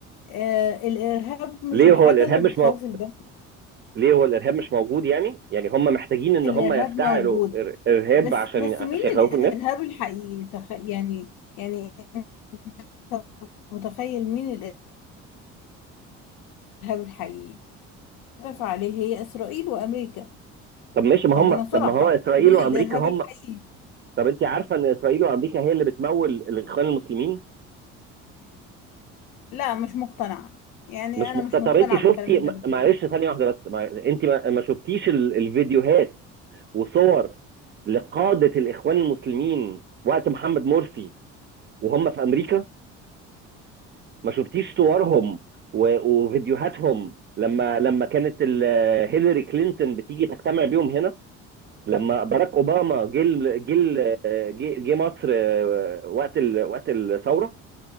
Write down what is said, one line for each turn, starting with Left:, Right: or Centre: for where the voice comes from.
Left: آه الإرهاب مش
Right: ليه
Left: الحاجة
Right: هو الارهاب
Left: اللي
Right: مش
Left: بتخوف
Right: مو...
Left: البشر
Right: ليه هو الارهاب مش موجود يعني يعني هم محتاجين ان
Left: الإرهاب
Right: هم يفتعلوا
Left: موجود
Right: إر- ارهاب
Left: بس
Right: عشان
Left: بس
Right: عشان
Left: مين
Right: يخوفوا
Left: الإرهاب
Right: الناس
Left: الحقيقي تخ... يعني يعني أنت متخيل مين الإرهاب الحقيقي اتفق عليه هي إسرائيل وأمريكا
Right: طب ماشي
Left: خلينا
Right: ما هم
Left: صراحة
Right: طب ما هو اسرائيل
Left: دول
Right: وامريكا
Left: الإرهاب
Right: هم
Left: الحقيقي
Right: طب انت عارفه ان اسرائيل وامريكا هي اللي بتمول الاخوان المسلمين
Left: لا مش مقتنعة يعني
Right: مش
Left: أنا
Right: مقتنع
Left: مش
Right: طب
Left: مقتنعة
Right: انت شفتي
Left: بالكلام اللي
Right: م-
Left: أنت بتقوله
Right: معلش
Left: ده
Right: ثانيه واحده بس مع... انت ما... ما شفتيش ال... الفيديوهات وصور لقاده الاخوان المسلمين وقت محمد مرسي وهم في امريكا ما شفتيش صورهم و... وفيديوهاتهم لما لما كانت ال... هيلاري كلينتون بتيجي تجتمع بيهم هنا لما باراك اوباما جه ال- جه ال- جه جه مصر آه، وقت ال... وقت الثوره